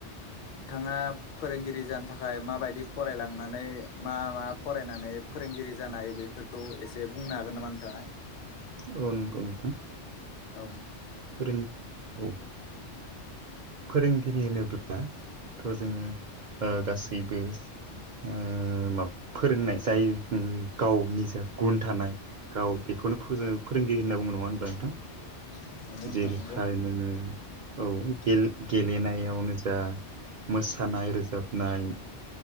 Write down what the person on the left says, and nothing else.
ा फोरोंगिरि जानो थाखाय माबायदि फरायलांनानै मा मा फरायनानै फोरोंगिरि जा जानो हायो बेफोरखौ एसे बुंनो हागोन नामा नोंथाङा
औ
नोंथां
औ